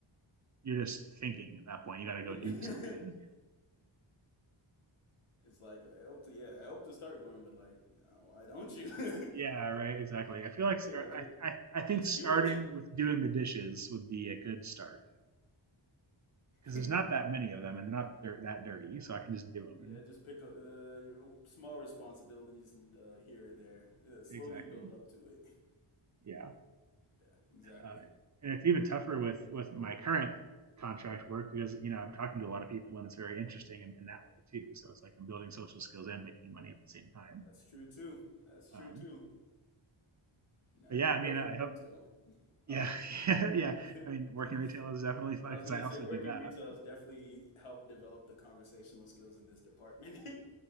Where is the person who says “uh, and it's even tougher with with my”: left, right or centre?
Right